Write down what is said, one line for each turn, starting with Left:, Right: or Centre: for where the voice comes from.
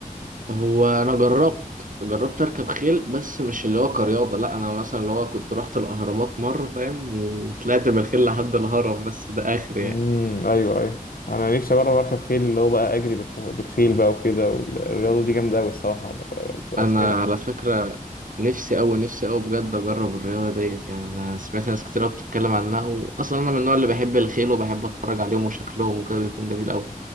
Right: هو انا جربت جربت اركب خيل بس مش اللي هو كرياضه لا انا مثلا اللي هو كنت رحت الاهرامات مره فاهم وطلعت بالخيل لحد الهرم بس ده اخر
Left: امم
Right: يعني
Left: أيوه أيوه أنا نفسي أجرب أركب خيل اللي هو بقى أجري بالخ- بالخيل بقى وكده والرياضة دي جامدة أوي الصراحة ب- ب-
Right: انا
Left: سمعت عنها
Right: على فكره نفسي أوي نفسي أوي بجد اجرب الرياضه ديت يعني انا سمعت ناس كتير أوي بتتكلم عنها واصلا انا من النوع اللي بحب الخيل وبحب اتفرج عليهم وشكلهم وكده بيكون جميل أوي